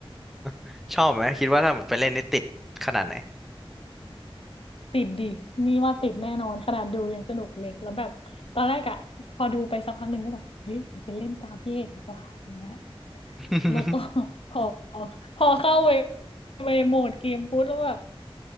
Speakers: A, in the centre; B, on the left.
A: <laughs> ชอบไหมคิดว่าถ้าหมดไปเล่นนี่ติดขนาดไหน
B: ติดดินี่ว่าติดแน่นอนขนาดดูยังสนุกเลยแล้วแบบตอนแรกอะพอดูไปสักพักหนึ่งก็แบบเฮ้ยเราไปเล่นตามพี่เอกดีกว่าอย่างเงี้ย
A: <laughs>
B: แล้วก็ <laughs> พอพอเข้าเวเวโหมดเกมปุ๊บแล้วแบบ